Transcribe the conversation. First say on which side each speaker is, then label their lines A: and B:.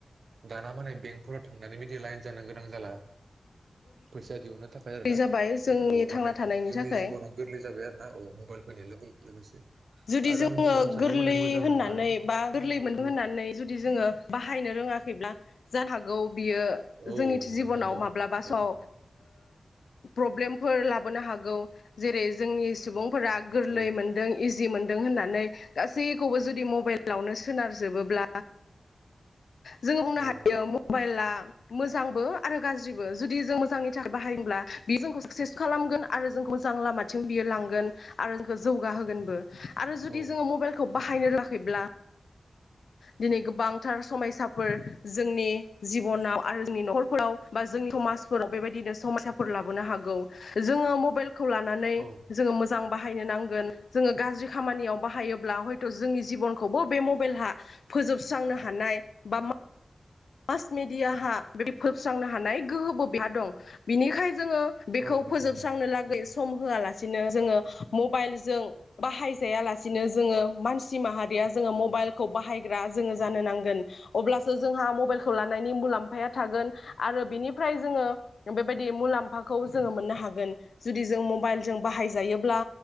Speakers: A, on the right; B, on the left.
A: दाना माने बेंकफोराव थांनानै बिदि लाइन जानो गोनां जाला फैसा दिहुन्नो थाखाय आरो
B: बै
A: ना
B: जाबाय जोंनि
A: औ माने
B: थांना थानायनि
A: जोंनि
B: थाखाय
A: जिबनाव गोरलै जाबाय आरो ना औ मबाइल फैनाय लोगो लोगोसे
B: जुदि
A: आरो
B: जोङो
A: आं बुंबावनो सानदों
B: गोरलै
A: माने मोजां
B: होननानै
A: होनबा
B: बा गोरलै मोनदों होननानै जुदि जोङो बाहायनो रोङा फैब्ला जानो हागौ बियो
A: औ
B: जोंनि जिबनाव
A: नोंथां औ
B: माब्लाब
A: औ
B: स' ओ प्रब्लेमफोर लाबोनो हागौ जेरै जोंनि सुबुं फोरा गोरलै
A: औ
B: मोन्दों इजि मोनदों होननानै गासैखौबो जुदि मबाइलावनो सोनारजोबोब्ला जोङो बुंनो
A: औ
B: हायो
A: नोंथां
B: मबाइला मोजांबो आरो गाज्रिबो जुदि जों मोजांनि थाखाय बाहायब्ला बियो जोंखौ साक्सेस खालामगोन आरो जोंखौ जों लामाथिं बियो लांगोन आरो जोंखौ जौगाहोगोनबो आरो जुदि
A: औ
B: जोङो मबाइलखौ बाहायनो रोङाखैब्ला दिनै गोबांथार समयसाफोर जोंनि जिबनाव आरो जोंनि न'खरफोराव बा जोंनि समाजफोराव बेबायदिनो समयसाफोर लाबोनो हागौ जोङो मबाइल खौ लानानै
A: औ
B: जोङो मोजां बाहायनो नांगोन जोङो गाज्रि खामानियाव बाहायोब्ला हयथ' जोंनि जिबनखौबो बे मबाइलहा फोजोबस्रांनो हानाय बा मा मास मेडियहा बि फोोबस्रांनो हानाय गोहोबो बिहा दं बिनिखायनो जोङो बेखौ
A: औ नोंथां
B: फोजोबस्रांनो
A: औ
B: लागै सम होआलासेनो जोङो मबाइल जों बाहायजाया लासेनो जोङो मानसि माहारि जोङो
A: ओ
B: मबाइलखौ बाहाय बाहायग्रा जों जानो नांगोन अब्लासो जोंहा मबाइलखौ लानायनि मुलाम्फाया थागोन आरो बिनिफ्राय जोङो बेबायदि मुलाम्फाखौ जोङो मोननो हागोन जुदि जों मबाइल जों बाहायजायोब्ला